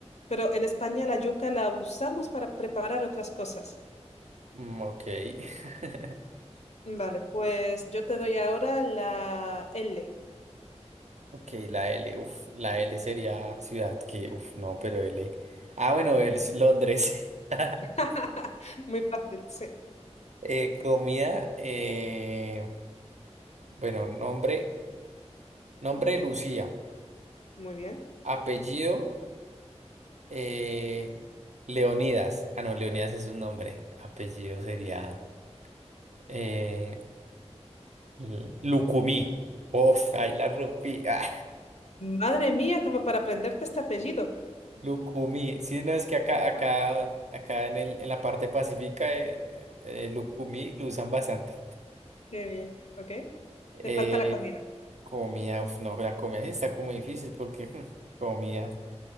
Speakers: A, on the left; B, on the right.
A: pero en España la yuca la usamos para preparar otras cosas.
B: Mm, ok. <laughs>
A: Vale, pues yo te doy ahora la L.
B: Ok, la L, uf, la L sería ciudad que, uf, no, pero L. Ah, bueno, el- sí, Londres. <laughs>
A: <laughs> Muy fácil, sí.
B: Eh, comida, eh, bueno, nombre, nombre
A: Ujú,
B: Lucía,
A: Muy bien.
B: apellido, eh, Leonidas. Ah, no, Leonidas es un nombre, apellido sería. Eh, L- Lucumí. Uf, ahí la rompí. <laughs> Ah,
A: Madre mía, como para aprenderte este apellido.
B: Lucumí. Sí, no, es que acá, acá,
A: Ah,
B: acá en el, en la parte pacífica, eh, eh, Lucumí lo usan bastante.
A: Qué bien, ok.
B: Eh,
A: Te falta la comida.
B: comida, uf, no, la comida sí está como difícil porque <laughs> hmm, comida,